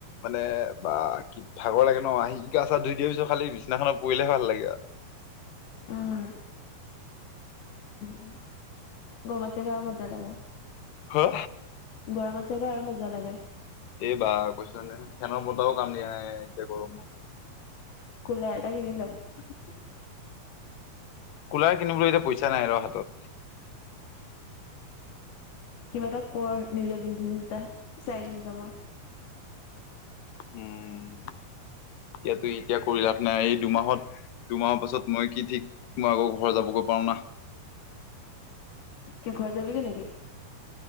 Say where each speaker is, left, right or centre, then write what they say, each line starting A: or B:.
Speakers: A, on the left; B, on the left.
A: মানে বা কি ভাগৰ লাগে ন আহি গা চা ধুইখালি বিচনাখনত খালি পৰিলেহে ভাল লাগে আৰু
B: উম গৰমত আছে আৰু মজা লাগে
A: হা
B: গৰমত চেগা আৰু মজা লাগে
A: এই বা কৈছ নে ফেনৰ বতাহও কাম দিয়া নাই এই গৰমত
B: কোলাৰ এটা কিনি লও
A: কুলাৰ কিনিবলৈ এতিয়া পইচা নাই ৰ হাতত
B: কিবা এটা কৰ নিজে বিজনেচ এটা চাইড ইনকামৰ
A: উম, এতিয়াটো এতিয়া কৈ লাভ নাই, এই দুমাহত, দুমাহৰ পাছত মই কি ঠিক মই আকৌ ঘৰ যাবগৈ পাৰোঁ নাহ।
B: কিয় ঘৰত যাবিগে নেকি?